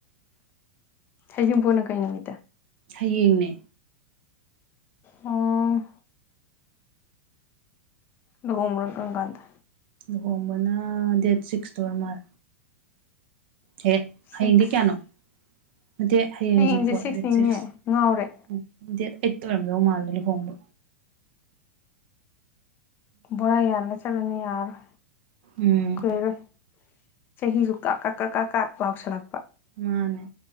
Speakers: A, on the left; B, on the right.
A: ꯍ ꯌꯨꯝ ꯄꯣꯟꯅ ꯀꯩ ꯅꯨꯃꯤꯠꯇ
B: ꯍꯌꯦꯡꯅꯦ
A: ꯑ ꯂꯣꯡꯝꯔꯒꯒꯗ
B: ꯂꯨꯍꯣꯡꯕꯅ ꯗꯦꯠ ꯁꯤꯛꯁꯇ ꯑꯣꯏꯔ ꯃꯥꯜ ꯍꯦ ꯍꯌꯦꯡꯗꯤ
A: ꯁꯤꯛꯁ
B: ꯀꯌꯥꯅꯣ ꯅꯠꯇꯦ ꯍꯌꯦꯡ
A: ꯍꯌꯦꯡꯁꯦ
B: ꯍꯖꯤꯛꯄꯣꯠ
A: ꯁꯤꯛꯁꯅꯤꯅꯦ
B: ꯗꯦꯠ ꯁꯤꯛꯁ
A: ꯉꯥꯎꯔꯦ
B: ꯎ ꯗꯦꯠ ꯑꯦꯠꯇꯔꯝꯕꯣ ꯃꯥꯂ ꯍꯕ
A: ꯕꯣꯔꯥ ꯌꯥꯜꯂ ꯆꯠꯂꯅꯤ ꯌꯥꯔꯣꯏ
B: ꯎꯝ
A: ꯀꯩꯔꯣꯏ ꯆꯍꯤꯁꯨ ꯀ ꯀ ꯀ ꯀ ꯀ ꯂꯥꯎꯁꯜꯂꯛꯄ
B: ꯃꯥꯅꯦ